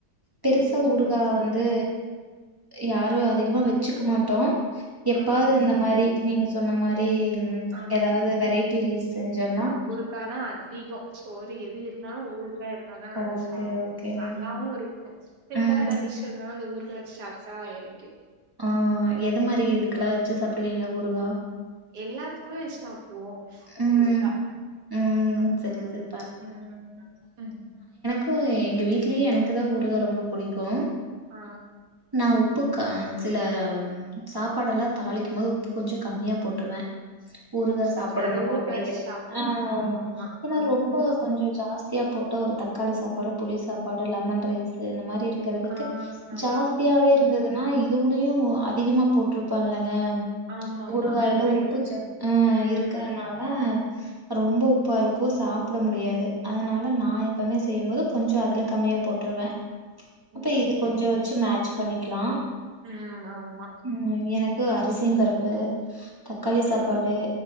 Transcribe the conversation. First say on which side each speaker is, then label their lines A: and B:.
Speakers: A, on the right; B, on the right.
A: பெருசா
B: ஓ சரி
A: ஊருகா
B: சரி
A: வந்து யாரு அதிகமா வச்சுக்க மாட்டோ எப்பாது
B: ஆ
A: இந்த
B: சரி
A: மாரி
B: சரி
A: நீங்க சொன்ன மாரி ம்
B: ஆ
A: ஏதாவது வெரைட்டி ரைஸ் செஞ்சம்னா
B: அக்க தா அதிக சோறு எது இருந்தாலு ஊர்கா இருந்தா தா நல்லா
A: ஓகே,
B: சாப்
A: ஓகேங்க.
B: நல்லாவு இரு சிம்பிளா
A: ம்.
B: எதா டிஷ் இருந்தாலு அந்த ஊருகா வச்சு சாப்டா எறங்கிடு
A: ஆ எது மாரி இதுக்கெல்லா வச்சு சாப்டுவீங்க ஊறுகா
B: எல்லாத்துக்குமே வெச் சாப் ஓ
A: ம்.
B: ஊருக்கா
A: ம்.
B: அந்த
A: சரி,
B: மாரி
A: சரி.
B: ம் ம் ம்
A: இப்ப எங்க வீட்லயே எனக்கு தா ஊறுகா ரொம்ப புடிக்கு
B: ஆ
A: நா உப்புக்க சில சாப்பாடெல்லா தாளிக்கும் போது கொஞ்ச கம்மியா போட்ருவே ஊறுகாஸ்
B: ஓ சரி சரி
A: டனு
B: அந்த ஊருகா
A: அப்படிங்கற
B: வச்சு சாப்டலா
A: ஆ
B: ஆமா ஆமா
A: இன்னா
B: ம்
A: ரொம்ப கொஞ் கொஞ்ச ஜாஸ்தியா போட்ட ஒரு தக்காளி சாப்பாடு புளி சாப்பாடு லெமன் ரைஸ்சு இந்த மாரி இரு இருக்கிறதுக்கு
B: ஆ நல்லா
A: ஜாஸ்தியாவே
B: இருக்கு
A: இருந்ததுன்னா
B: ம்
A: இதுவுலயு அதிகமா போட்ருப்பான்ல்லங்க
B: ஆமா ஆமா
A: ஊருகாயில
B: நல்லா
A: உப்பு
B: இரு-
A: ஜா ஆ
B: ம்
A: இருக் நா ரொம்ப உப்பா இருக்கு சாப்பட முடியாது அதனால நா எப்பமே செய்யும்போது கொஞ்ச அதுல கம்மியா போட்ருவே
B: ஓ
A: அப்ப இது
B: சரி
A: கொஞ்ச வச்சு
B: சரி
A: மேட்ச பண்ணிக்கலாம்
B: ம் ஆமா
A: ம் எனக் ம் அரிசியம் பருப்பு தக்காளி
B: ஆ
A: சாப்பாடு